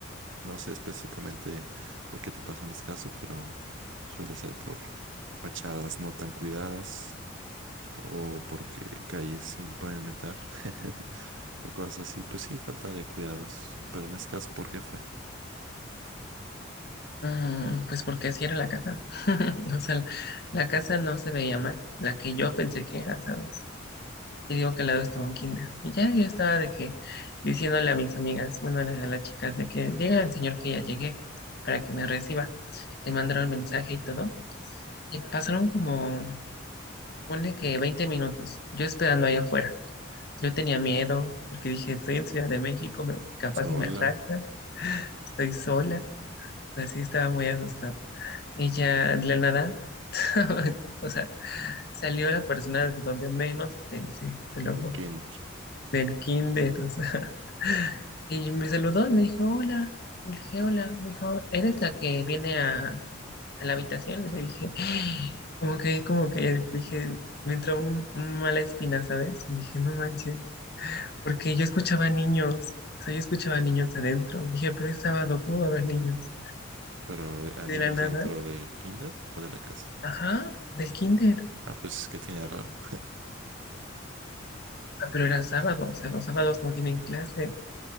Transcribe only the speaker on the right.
no sé específicamente por qué te pasó en este caso, pero suele ser por fachadas no tan cuidadas o porque calles sin pavimentar <laughs> o cosas así. Pues sí, falta de cuidados, pero en este caso, ¿por qué fue?
Sola,
el
kinder,
pero a
niños
dentro del kinder o de la casa.
Ah, pues, ¿qué tiene de raro?